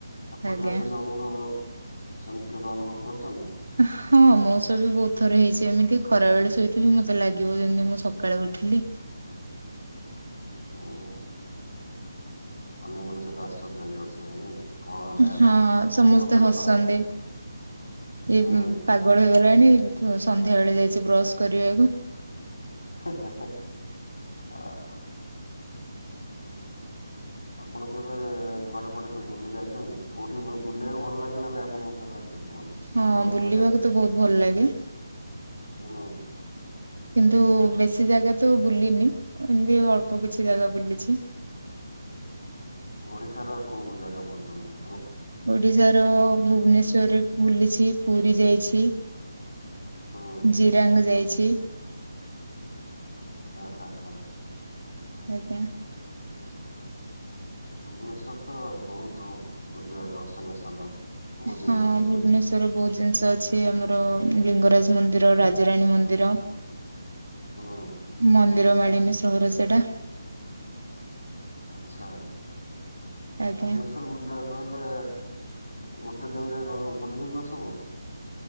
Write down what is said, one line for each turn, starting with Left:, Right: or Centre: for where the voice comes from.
Left: ଆପଣ
Right: ଆଜ୍ଞା
Left: ଯଉ ସେମିତି ଅନୁଭବ ସେମିତି କେବେ ଅନୁଭବ କରିଛନ୍ତି
Right: ହଁ, ମୋ ସହ ବି ବହୁତ ଥରେ ହେଇଛି। ଯେମିତି ଖରାବେେଳେ ଶୋଇଥିବି, ମତେ ଲାଗିବ ଯେମିତି ମୁଁ ସକାଳେ ଉଠିଲି।
Left: ହ <unintelligible> ଅନ୍ୟ ମାନ ସେଇଟା ଆଶ୍ଚର୍ଯ୍ୟ ହେଇ ଯାଉଥିବେ ନାଇଁ କଣ ହେଲା ୟାର
Right: ହଁ ସମସ୍ତେ
Left: ମୁଣ୍ଡ ଫୁଣ୍ଡ
Right: ହସନ୍ତି।
Left: ଖରାପ
Right: ଇଏ
Left: ହୁଁ
Right: ପାଗଳ ହେଇଗଲାଣି। ସନ୍ଧ୍ୟା ବେଳେ ଯାଇଛି ବ୍ରଶ କରିବାକୁ
Left: ଓ ହୋ ହ ଓ ହୋ ଆପଣ କେବେ କୁଆଡ଼େ, କୁଆଡ଼େ, ସବୁ ବୁଲି ଯାଇଛନ୍ତି? କୋଉଠି ବୁଲିବାକୁ ଭଲ ଲାଗିଲ ନାଇଁ ଆପଣଙ୍କୁ ଟିକେ? କୁହନ୍ତୁ
Right: ହଁ
Left: ବୁଲାବୁଲି
Right: ବୁଲିବାକୁ
Left: କରିବା ପାଇଁ
Right: ତ ବହୁତ ଭଲ ଲାଗେ।
Left: ହୁଁ
Right: କିନ୍ତୁ ବେଶୀ କିଛି ଜାଗା ତ ବୁଲିନି ଏମିତି ଅଳ୍ପ କିଛି ଜାଗା ବୁଲିଛି
Left: ଓଡିଶାର କଉ କଉ ଜାଗା ବୁଲିଚନ୍ତି?
Right: ଓଡ଼ିଶାର ଭୁବନେଶ୍ଵରରେ ବୁଲିଛି, ପୁରୀ ଯାଇଛି
Left: ହୁଁ
Right: ଜିରାଙ୍ଗ ଯାଇଛି।
Left: ହଁ ହଁ ହଁ
Right: ଆଜ୍ଞା।
Left: ଭୁବନେଶ୍ଵର ତ ବହୁତ ବୁଲିବା ଦର୍ଶନୀୟ ସ୍ଥାନ। ବହୁତ ଜିନିଷ
Right: ହଁ
Left: ଅଛି
Right: ଭୁବନେଶ୍ୱରରେ
Left: ଭୁବନେଶ୍ୱର
Right: ବହୁତ ଜିନିଷ ଅଛି। ଏଇ ଆମର ଲିଙ୍ଗରାଜ ମନ୍ଦିର, ରାଜାରାଣୀ ମନ୍ଦିର
Left: ହୁଁ
Right: ମନ୍ଦିର ମାଳିନି ସହର ସେଟା
Left: ଆଛା,
Right: ଆଜ୍ଞା
Left: ଭୁବନେଶ୍ଵର ବୁଲିବାକୁ ଲେ ଗୋଟେ ଦିନରେ ବୁଲି ହେଇଯିବ ସବୁ।